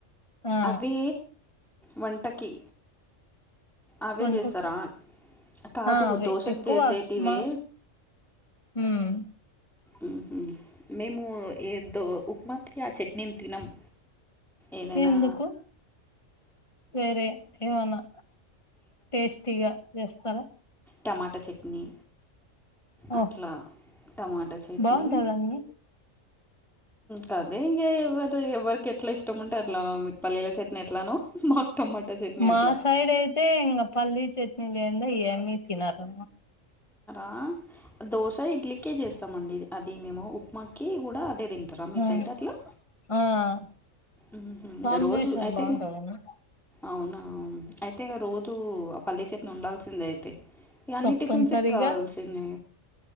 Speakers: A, on the left; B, in the centre.
A: ఆ
B: అవి వంటకి. అవే
A: వంటకి
B: చేస్తారా కాదు
A: ఆ అవే
B: దోశ
A: ఎక్కువ
B: కు చేసేటివే.
A: మా ఉమ్.
B: ఉమ్ మేము ఏదో ఉప్మాకి ఆ చట్నీ ఏం తినము. ఏదైనా.
A: ఎందుకు వేరే ఏమన్నా టేస్టీగా చేస్తారా.
B: టమాట చట్నీ.
A: ఓ
B: అట్లా టమాటా చట్నీ.
A: బాగుంటదండి
B: కదే. ఏ ఎవరు ఎవరికి ఎట్లా ఇష్టం ఉంటే అట్లా మీకు పల్లీల చట్నీ ఎట్లానో మాకు టమాటా చట్నీ
A: మా
B: అట్లా.
A: సైడ్ అయితే ఇంకా పల్లీ చట్నీ చే. మీరు తినారా.
B: ఆహ్ దోశ ఇడ్లీకే చేస్తామండి అది మేము ఉప్మాకి కూడా. అదే తింటారా మీ
A: ఉమ్
B: సైడ్ అట్లా
A: ఆహ్.
B: ఉహు.
A: కాంబినేషన్
B: రోజు అయితే
A: బాగుంటాదండి.
B: అవునా అయితే ఇక రోజూ ఆ పల్లీ చట్నీ ఉండాల్సిందే అయితే ఇవన్నీ
A: తప్పనిసరిగా
B: టిఫిన్స్కి కావాల్సింది